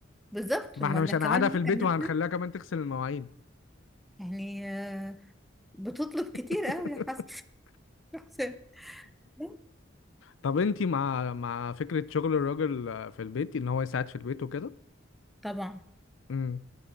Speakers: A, in the centre; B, on the left.
A: بالظبط
B: ما
A: امال
B: احنا مش
A: لا كمان
B: هنقعدها
A: هتتعب
B: في البيت
A: نفسها
B: وهنخليها كمان تغسل المواعين
A: يعني آه، بتطلب كتير
B: <laughs>
A: قوي يا حسن <laughs> يا حسام لا،
B: طب انتي مع مع فكره شغل الراجل في البيت ان هو يساعد في البيت وكده
A: طبعا
B: امم